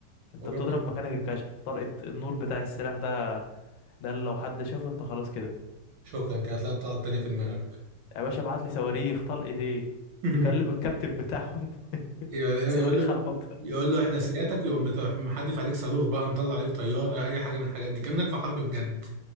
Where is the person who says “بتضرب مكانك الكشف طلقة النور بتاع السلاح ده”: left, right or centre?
Left